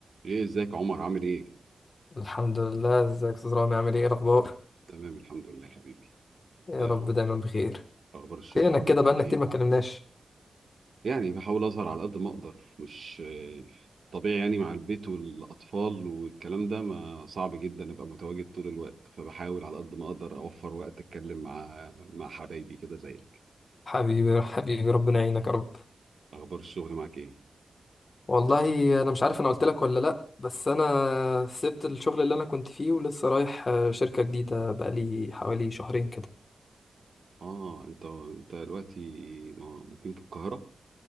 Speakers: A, on the right; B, on the left.
A: ايه ازيك يا عمر عامل ايه؟
B: الحمد لله ازيك يا استاذ رامي عامل ايه إيه الاخبار
A: تمام الحمد لله حبيبي
B: يا
A: ايه
B: رب
A: أغ-
B: دايما بخير
A: اخبار الشغل
B: فينك
A: عامل
B: كده
A: معاك
B: بقالنا
A: ايه؟
B: كتير ما اتكلمناش
A: يعني بحاول اظهر على قد ما اقدر مش آه، طبيعي يعني مع البيت والاطفال والكلام ده ما صعب جدا ابقى متواجد طول الوقت فبحاول على قد ما اقدر اوفر وقت اتكلم مع مع حبايبي كده زيك
B: حبيبي حبيبي ربنا يعينك يا رب
A: اخبار الشغل معاك ايه؟
B: والله انا مش عارف انا قلت لك ولا لا بس انا سبت الشغل اللي انا كنت فيه ولسه رايح آه، شركة جديدة بقالي حوالي شهرين كده
A: اه انت انت دلوقتي م- مقيم في القاهرة؟